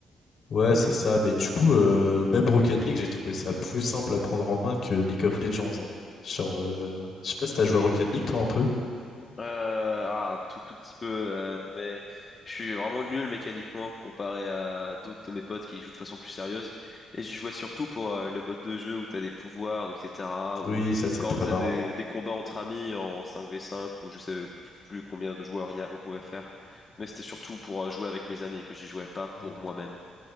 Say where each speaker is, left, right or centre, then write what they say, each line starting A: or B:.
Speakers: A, on the left (about 60°); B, on the left (about 35°).
A: Ouais, c'est ça. Mais du coup, euh, même Rocket League, j'ai trouvé ça plus simple à prendre en main que League of Legends. hein. Genre, euh, je sais pas si t'as joué à Rocket League, toi, un peu.
B: Euh, ah, un tout, tout petit peu, euh, mais je suis vraiment nul mécaniquement comparé à d'autres de mes potes qui jouent de façon plus sérieuse. Et j'y jouais surtout pour euh, le mode de jeu où t'as des pouvoirs, etc. Ou
A: Oui, ça c'est
B: quand
A: très
B: on faisait
A: marrant.
B: des, des combats entre amis en cinq v cinq ou je sais plus combien de joueurs il y a, on pouvait faire. Mais c'était surtout pour euh, jouer avec mes amis que j'y jouais pas pour
A: Hmm.
B: moi-même.